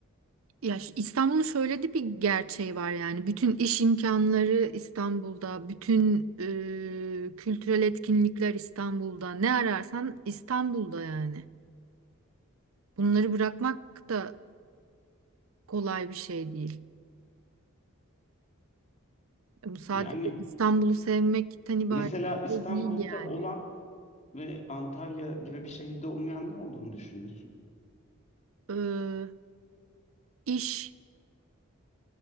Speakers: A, on the right; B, on the left.
A: ya şu- İstanbul'un şöyle de bir gerçeği var yani bütün iş imkanları İstanbul'da, bütün e, kültürel etkinlikler İstanbul'da. Ne ararsan İstanbul'da yani. Bunları bırakmak da kolay bir şey değil. Bu sadece
B: Yani
A: İstanbul'u sevmekten ibaret
B: mesela İstanbul'da
A: de değil yani.
B: olan ve Antalya gibi bir şehirde olmayan ne olduğunu düşünüyorsun?
A: Ee, iş